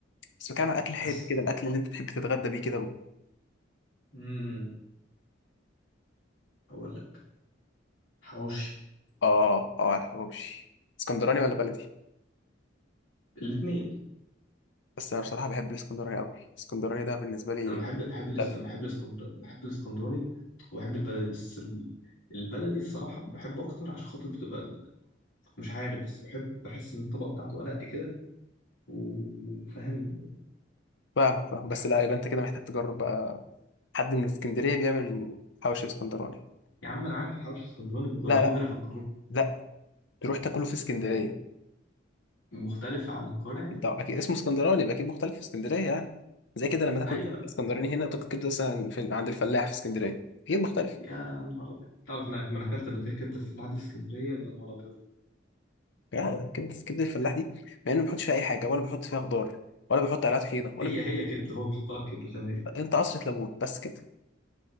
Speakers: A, on the left; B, on the left.
A: بس بتكلم عن اكل حادق
B: بس
A: كده الاكل اللي انت تحب تتغدى بيه كده و...
B: امم اقول لك حواوشي
A: اه اه على الحواوشي اسكندراني ولا بلدي
B: الاثنين
A: بس انا بصراحه بحب الاسكندراني قوي الاسكندراني ده بالنسبه لي
B: انا بحب بحب الإس-
A: لا،
B: بحب الاسكندر بحب الاسكندراني وبحب البلدي بس ال- البلدي الصراحه بحبه اكتر عشان خاطر بتبقى مش عارف بس بحب بحس ان الطبقه بتاعته ارق كده وفاهم
A: فاهمك فاهم
B: بحب
A: بس لا يبقى انت كده محتاج تجرب بقى حد من اسكندريه بيعمل حواوشي اسكندراني
B: يا عم انا عارف الحوش الاسكندراني بجربه
A: لا لا
B: هنا في القاهره
A: لا تروح تاكله في اسكندريه
B: مختلف عن القاهره
A: اكيد
B: يعني
A: طبعا اكيد اسمه اسكندراني يبقى اكيد مختلف في اسكندريه يعني زي كده لما تاكل
B: ايوه
A: اسكندراني هنا تاكل كبده مثلا في... عند الفلاح في اسكندريه اكيد مختلف
B: يا نهار ابيض تعرف انا ما انا اكلت قبل كده كبده في العادي في اسكندريه يا نهار ابيض
A: يعني كبده كبده الفلاح دي مع انه ما بيحطش فيها اي حاجه ولا بيحط فيها خضار ولا بيحط عليها طحينه ولا
B: هي هي كبده هو بيحط لك كبده زي ما هي
A: انت قصر ليمون بس كده